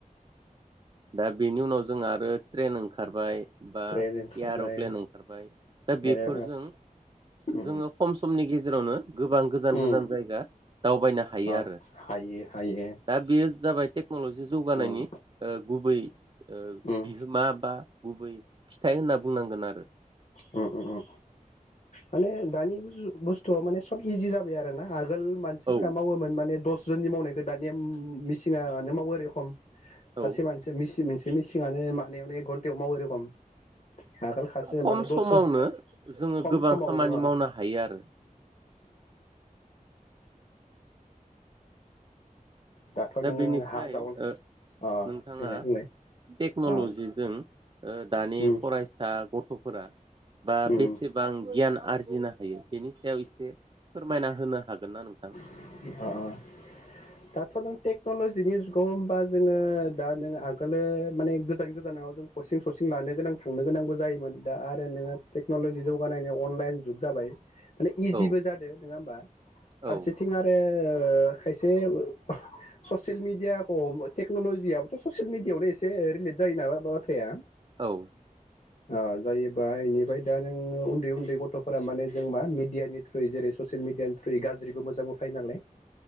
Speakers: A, on the right (about 35°); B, on the left (about 55°).
A: दा बेनि उनाव जों आरो ट्रेन ओंखारबाय। बा
B: ट्रेन ओंखारबाय
A: एयार'प्लेन ओंखारबाय दा बेफोरजों
B: आरो ओ
A: जोङो खम समनि गेजेरावनो गोबां गोजान
B: उम
A: गोजान जायगा दावबायनो हायो
B: ओ
A: आरो
B: हायो हायो
A: दा बेयो जाबाय टेक्न'लजि जौगानायनि
B: उम
A: गुबै ओ
B: उम
A: बिहोमा बा गुबै फिथाइ होनना बुंनांगोन आरो।
B: उम उम माने दानि बुजु बुस्थुवा माने सब इजि जाबाय आरो ना आगोल मानसिफोरा
A: औ
B: मावोमोन माने दस जोननि मावनायखौ दानि ओमममम मेसिनानो मावो आरो एरै रखम। सासे
A: औ
B: मानसिया मिसि मोनसे बे मेसिङानो मानायावनो एक घन्टायाव मावो एरै रखम। आगोल खासे
A: खम
B: माने दसे
A: समावनो जोङो
B: खम
A: गोबां
B: समावनो
A: खामानि मावनो हायो आरो
B: दाथ'
A: दा
B: नोङो
A: बेनिफ्राय
B: हा जावनो
A: ओ
B: अ
A: नोंथाङा
B: देलाय बुंलाय
A: टेक्न'ल'जिजों
B: अ
A: ओ दानि
B: उम
A: फरायसा गथ' फोरा बा
B: उम
A: बेसेबां गियाना आरजिनो हायो बेनि सायाव एसे फोरमायना होनो हागोन ना नोंथां?
B: आ आ दाथ' नों टेक्न'लजिनि जुगाव होमबा जोङो दा नों नोङो आगोलो माने गोजान गोजानाव जों कचिं ससिं लानो गोनां थांनो गोनांबो जायोमोन दा आरो नोङो टेक्न'लजि जौगानायनि अनलाइन जुग जाबाय। माने इजिबो
A: औ
B: जादों नङा होमबा? फारसे
A: औ
B: थिं ओ खायसे अ ससियेल मिडियाखौ हम टेक्न'ल'जियाबोथ' ससियेल मिेडियाआवनो एसे रिलेट जायो नामा मा बाथ्राया
A: औ।
B: अ जायोबा इनिफ्राय दा नों उन्दै उन्दै गथ'फोरा माने जों मा मिडियानि थ्रुयै जेरै ससियेल मिडियानि थ्रुयै गाज्रिबो मो जांबो थायो नालाय।